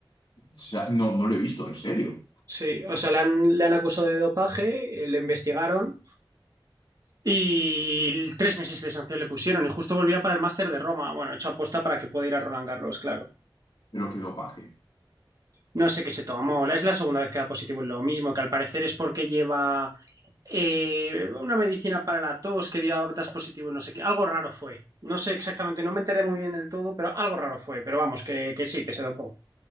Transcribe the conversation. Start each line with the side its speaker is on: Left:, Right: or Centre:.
Left: O sea, no, no lo he visto, en serio.
Right: Sí, o sea, le han, le han acusado de dopaje, eh, le investigaron y tres meses de sanción le pusieron y justo volvía para el Máster de Roma. Bueno, hecho aposta para que pueda ir a Roland Garros, claro.
Left: Pero qué dopaje.
Right: No sé qué se tomó. Es la segunda vez que da positivo en lo mismo, que al parecer es porque lleva eh, una medicina para la tos que dio a das positivo, no sé qué. Algo raro fue. No sé exactamente, no me enteré muy bien del todo, pero algo raro fue. Pero vamos, que, que sí, que se dopó.